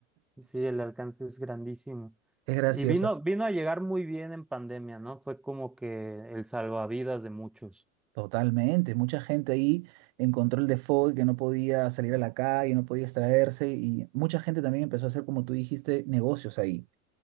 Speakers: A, in the centre; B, on the right.
A: Sí, el alcance es grandísimo.
B: Es gracioso.
A: Y vino, vino a llegar muy bien en pandemia, ¿no? Fue como que el salvavidas de muchos.
B: Totalmente. Mucha gente ahí encontró el default que no podía salir a la calle, no podía extraerse y mucha gente también empezó a hacer, como tú dijiste, negocios ahí.